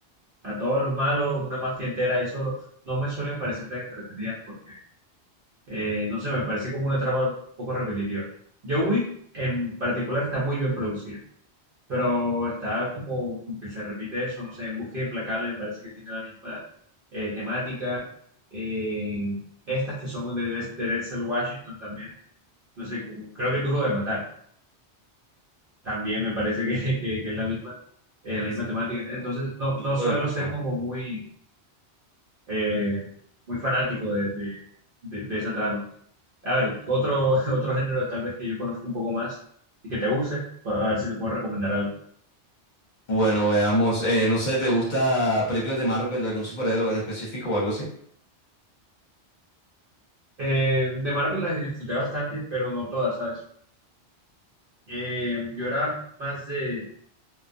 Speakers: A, on the right; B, on the left.
A: a todos los malos, una mafia entera él solo, no me suelen parecer tan entretenidas porque, eh, no sé, me parece como una trama un poco repetitiva. John Wick en particular está muy bien producida pero está como, como que se repite eso, no sé, en Búsqueda Implacable me parece que tiene la misma eh, temática. Eh, estas que son de, Des- de Denzel Washington también, no sé, como, creo que es Duro de Matar, también me parece que, <laughs> que- que es la misma, eh,
B: Creo
A: la
B: que
A: misma
B: se
A: temática.
B: llama
A: Entonces, no,
B: Turbo
A: no suelo
B: de Matar.
A: ser como muy, eh, muy fanático de, de- de- de esa trama. A ver, otro, <laughs> otro género tal vez que yo conozco un poco más y que te guste, pues, a ver si te puedo recomendar algo.
B: Bueno, veamos. Eh, no sé, ¿te gusta películas de Marvel, de algún superhéroe en específico o algo así?
A: Eh, de Marvel las disfruté bastante, pero no todas, ¿sabes? Eh, yo era más de,